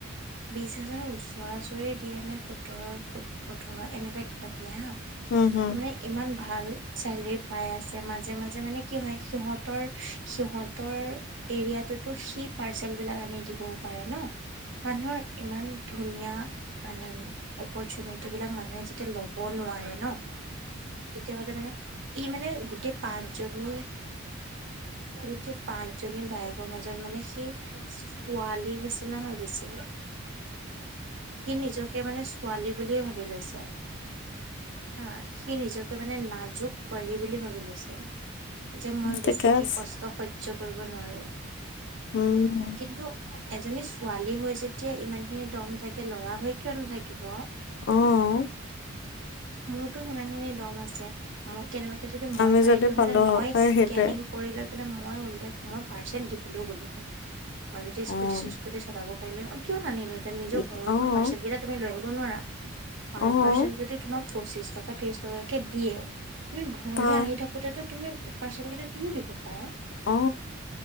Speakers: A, on the right; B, on the left.
A: বিশ হাজাৰ ওচৰাচৰি দিয়ে নে, সোতৰ- উঠৰ এনেকুৱা কিবা দিয়া হাঁ।
B: উম, হুম।
A: ইমান ভাল চেলেৰি পাই আছে। মাজে-মাজে মানে কি হয় সিহঁতৰ-সিহঁতৰ- এৰিয়া বিলাকতো সি পাৰ্চেল বিলাক আনি দিবও পাৰে ন। মানুহৰ ইমান ধুনীয়া মানে অপৰচুনেট- সেইবিলাক মানুহে যেতিয়া ল'ব নোৱাৰে ন, তেতিয়াহ'লে মানে- ই মানে গোটেই পাঁচজনীয়ে- গোটেই পাঁচ জনী বায়েকৰ মাজত মানে সেই- ছোৱালী নিচিনা হৈ গৈছেগে। সি নিজকে মানে ছোৱালী বুলিয়ে ভাবি লৈছে। হাঁ, সি নিজকে মানে নাজুক পৰী বুলি ভাবি লৈছে। যে মই
B: ঠিকে
A: বেছিকে
B: আছে।
A: কষ্ট সহ্য কৰিব নোৱাৰো।
B: উমঁ।
A: কিন্তু এজনী ছোৱালী হৈ যেতিয়া ইমান খিনি দম থাকে ল'ৰা হৈ কিয় নাথাকিব।
B: অঁহ।
A: মোৰোতো সিমানখিনি দম আছে। মই কেনেবাকে যদি মই
B: আমি
A: পাৰিলো
B: যদি
A: হেঁতেন
B: পালো
A: মই
B: হয়
A: স্কেনিং
B: এই সেইটোৱে।
A: কৰি লৈ- মই ওলটাই মই পাৰ্চেল দিবলৈও গ'লো হয়। মই যদি
B: অ'
A: স্কুটি-চিচকুটি চলাব পাৰিলো হয়। পাৰিলো হয়। অ কিয় নানিলোহেঁতেন নিজৰ
B: ই
A: ঘৰ
B: অ'
A: ওচৰৰ পাৰ্চেল কেইটা তুমি লৈ আহিব নোৱাৰা। পাৰ
B: অ'
A: পাৰ্চন যদি তোমাক পঁচিশ টকা ত্ৰিশ টকাকে দিয়ে তুমি ঘৰলে
B: তাৰ
A: আহি থাক সটটো তুমি পাৰ্চেল কেইটা দিও দিব পাৰা
B: অ